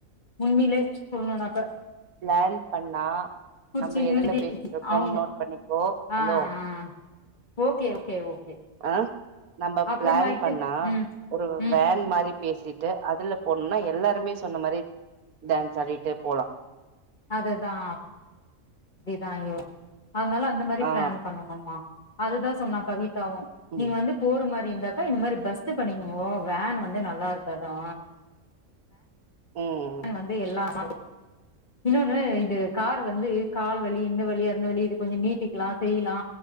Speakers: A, on the left; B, on the right.
A: உண்மைய்லே சொல்லுணுனாக்க
B: ப்ளானிங் பண்ணா
A: குச்சின்னு
B: நம்ப எதுல பேசிட்ருகோ
A: அவங்க
B: நோட் பண்ணிக்கோ ஹலோ
A: ஆஹ் ஓகே ஓகே ஓகே
B: அ நம்ப
A: அப்புறமாயிட்டு
B: ப்ளான் பண்ணா
A: உம்
B: ஒரு
A: உம்
B: வேன் மாரி பேசீட்டு அதுல போணுனா எல்லாருமே சொன்ன மாரி டான்ஸ் ஆடிட்டே போலா
A: அதுதா இப்டிதா அய்யோ அதனால அந்த மாரி
B: ஆ
A: ப்ளான் பண்ணணுமா அதுதா சொன்னா கவிதாவு
B: ம்
A: நீங்க வந்து போற மாரி இருந்தாக்கா இந்த மாரி பஸ்ல பண்ணிக்கோங்கோ வேன் வந்து நல்லாருக்காதா
B: ம்
A: வந்து எல்லா <inaudible> இன்னொன்னு இது கார் வந்து கால் வலி இந்த வலி அந்த வலி இது கொஞ்ச நீட்டிக்லா செய்லா